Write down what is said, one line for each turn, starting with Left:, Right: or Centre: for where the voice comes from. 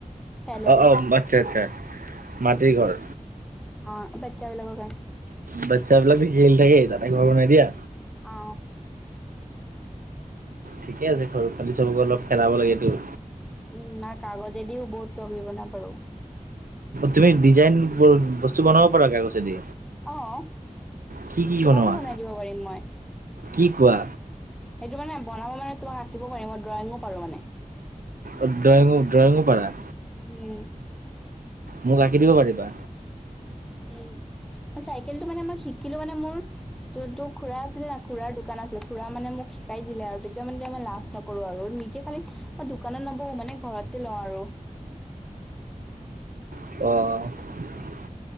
Centre: খেলে
Right: অ-
Centre: যে
Right: অ আচ্ছা- আচ্ছা মাটিৰ ঘৰ।
Centre: অ, বাতচা বিলকৰ কাৰণে।
Right: বাতচ্ছা বিলাক খেলি থাকে তাতে ঘৰ বনাই দিয়া?
Centre: অ
Right: ঠিকে আছে ঘৰ পোৱালি চবকো অলপ খেলাব লাগেতো।
Centre: উম, নাই কাগজেদিও বহুত কিবা কিবি বনাব পাৰো।
Right: তুমি ডিজাইনবোৰ বস্তু বনাব পাৰা, কাগজেদি?
Centre: অ',
Right: কি কি
Centre: তোমাকো
Right: বনোৱা
Centre: বনাই দিব পাৰিম মই।
Right: কি কোৱা
Centre: সেইটো মানে বনাব মানে, তোমাক আঁকিব পাৰিম, মই ড্ৰয়িঙো পাৰো মানে।
Right: অ ড্ৰয়িঙো ড্ৰয়িঙো কৰা।
Centre: উম
Right: মোক আঁকি দিব পাৰিবা?
Centre: উম চাইকেলটো মানে মই শিকিলো মানে মোৰ যোনটো খুৰা আছিল না, খুৰাৰ দোকান আছিল খুৰা মানে মোক শিকাই দিলে আৰু তেতিয়া মানে মই মানে লাজ নকৰো আৰু নিকি খালি মই দোকানত নবহো মানে ঘৰতে লওঁ আৰু।
Right: অ